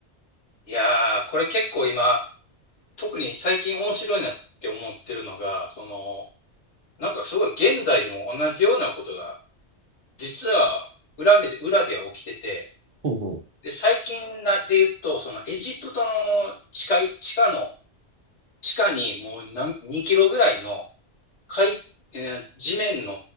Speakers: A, on the left (about 80°); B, on the right (about 50°).
A: いやー、これ結構今、特に最近面白いなって思ってるのが、その、なんかすごい現代でも同じようなことが実は裏目で裏では起きてて、
B: ほうほう。
A: で最近なで言うと、そのエジプトの地下地下の地下にもう何2キロぐらいの海、えー地面の